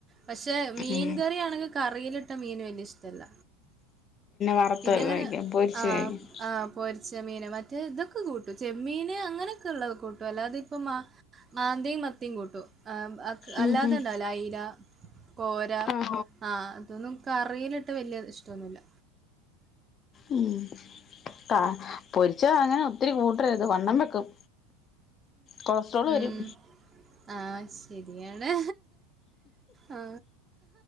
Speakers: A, on the right; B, on the left.
A: പക്ഷെ മീൻ
B: ഉം
A: കറി ആണെങ്കിൽ കറിയിലിട്ട മീന് വലിയ ഇഷ്ടല്ല
B: വറുത്ത്
A: പിന്നെ അങ്ങനെ
B: കഴിക്കും പൊരിച്ച്
A: ആഹ്
B: കഴിക്കും
A: ആ പൊരിച്ച മീന് മ കൂട്ടും ചെമ്മീന് അങ്ങനെയൊക്കെ ഉള്ളത് കൂട്ടും അല്ലാത ഇപ്പൊ മാ മാന്തിയും മത്തിയും കൂട്ടു ആ അ അല്ലാതെ
B: ഉം ഉം
A: ഉണ്ടാവല അയില കോര
B: ആഹ്
A: ആ അതൊന്നും കറിയിലിട്ട് വലിയ ഇഷ്ടൊന്നുമില്ല
B: ഉം കാ പൊരിച്ചാ അങ്ങനെ ഒത്തിരി കൂട്ടരുത് വണ്ണം വെക്കും കൊളസ്ട്രോൾ
A: ഉം
B: വരും
A: ആ ശരിയാണ് ആ